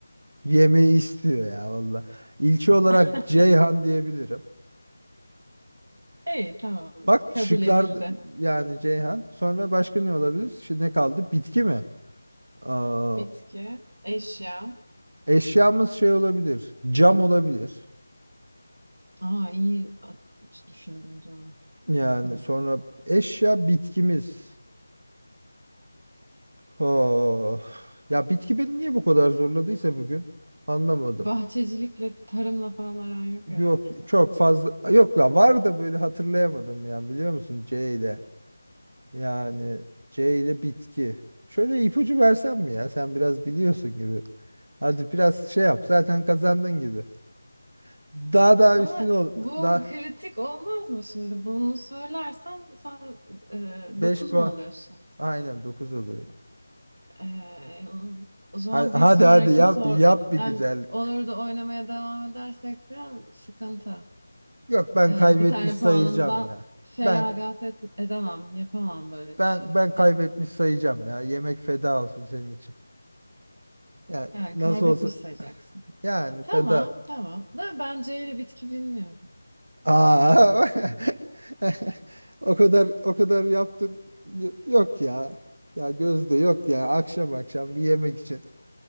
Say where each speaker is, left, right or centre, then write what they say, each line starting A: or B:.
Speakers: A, on the right; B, on the right.
A: Yemeği istiyor ya valla. İlçe olarak
B: <laughs>
A: Ceyhan diyebilirim.
B: İyi tamam
A: Bak
B: hadi. kabul
A: şıklar
B: edildi.
A: yani Ceyhan. Sonra başka ne olabilir? Şimdi ne kaldı? Bitki mi? Aa,
B: Bitki, eşya.
A: eşyamız şey olabilir. Cam olabilir.
B: Aa iyi A- hiç düşündün canım.
A: Yani
B: Hı.
A: sonra eşya bitkimiz. Oh. Ya bitki beni niye bu kadar zorladıysa bugün anlamadım.
B: Bahçecilikle, tarımla falan aran yok
A: Yok
B: herhalde senin.
A: çok fazla yok ya var da böyle hatırlayamadım yani biliyor musun C ile. Yani C ile bitki. Şöyle ipucu versem mi ya? Sen biraz biliyorsun gibi. Hadi biraz şey yap. Zaten kazandın gibi. Daha daha
B: Ama
A: üstün ol.
B: bu
A: Daha
B: kritik olmaz mı şimdi? Bunu söylersem sen e,
A: 5
B: 9
A: puan.
B: mu oluyorsun?
A: Aynen 9 oluyor.
B: E, o zaman
A: Ha- Hadi
B: bir sonraki
A: hadi yap,
B: sor...
A: yap bir güzellik.
B: Yani olur da oynamaya devam edersek falan sıkıntı.
A: Yok ben
B: E,
A: kaybetmiş
B: bir tane
A: sayacağım
B: puanımdan
A: ya.
B: feragat
A: Ben
B: et- edemem, yapamam böyle
A: ben
B: bir şey.
A: ben kaybetmiş sayacağım ya. Yemek feda olsun senin için. Ya
B: Yani
A: nasıl
B: kaybetmiş
A: olsa
B: sayacaksın.
A: yani
B: Tamam,
A: feda.
B: tamam. Da ben C ile bitki bilmiyorum.
A: Aa, <laughs> o kadar o kadar yaptım. Y- Yok ya. Ya Gözde yok ya. Akşam akşam bir yemek için.